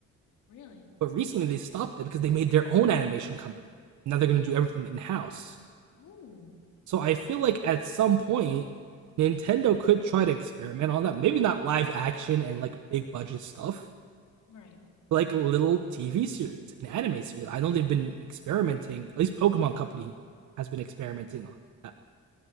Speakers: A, on the left; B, on the right.
A: Really?
B: But recently, they stopped that because they made their own animation company. Now they're going
A: Yeah.
B: to do everything in-house.
A: Ooh.
B: So I feel like at some point, Nintendo could try to experiment on that. Maybe not live action and like big budget stuff
A: Right.
B: like a little TV series, an anime series. I know they've been experimenting. At least Pokemon Company has been experimenting on that.